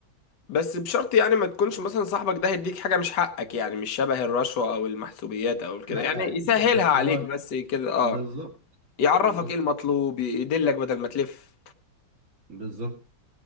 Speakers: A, on the left (about 65°); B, on the right (about 45°).
A: بس بشرط يعني ما تكونش مثلا صاحبك ده هيديك حاجة مش حقك يعني مش شبه الرشوة او المحسوبيات او كده
B: لا
A: يعني
B: اكيد
A: يسهلها
B: بس
A: عليك
B: هو
A: بس كده اه
B: بالظبط
A: يعرفك
B: بالظبط
A: ايه المطلوب يدلك بدل ما تلف
B: بالظبط